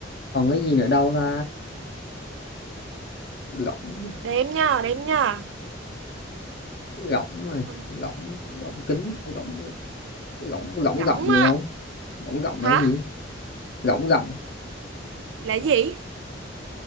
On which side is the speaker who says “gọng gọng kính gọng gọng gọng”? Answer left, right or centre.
Left